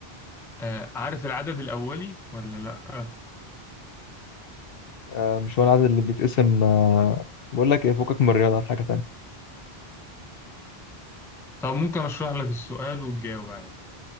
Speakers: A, in the centre; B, on the left.
A: آه عارف العدد الأولي ولا لأ؟
B: آه مش هو العدد اللي بيتقسم آه، بقول لك ايه فوقك من الرياضة هات حاجة تانية
A: طب ممكن أشرح لك السؤال وتجاوب عادي